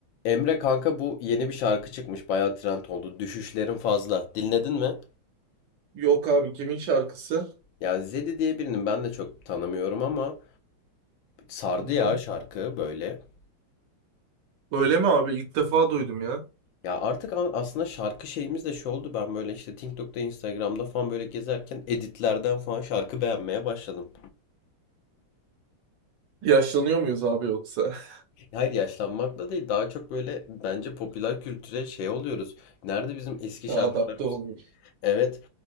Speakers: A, on the left (about 75°); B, on the right (about 70°).
A: Emre kanka bu yeni bir şarkı çıkmış. Bayağı trend oldu. Düşüşlerin fazla. Dinledin mi?
B: Yok abi kimin şarkısı?
A: Ya Zedi diye birinin ben de çok tanımıyorum ama sardı
B: Hı
A: ya
B: hı.
A: şarkı böyle.
B: Öyle mi abi? İlk defa duydum ya.
A: Ya artık a- aslında şarkı şeyimiz de şu oldu. Ben böyle işte TikTok'ta, Instagram'da falan böyle gezerken editlerden falan şarkı beğenmeye başladım.
B: Yaşlanıyor muyuz abi yoksa? <laughs>
A: Hayır yaşlanmakla değil. Daha çok böyle bence popüler kültüre şey oluyoruz. Nerede bizim eski
B: Ha,
A: şarkılarımız?
B: Adapte olmuş.
A: Evet.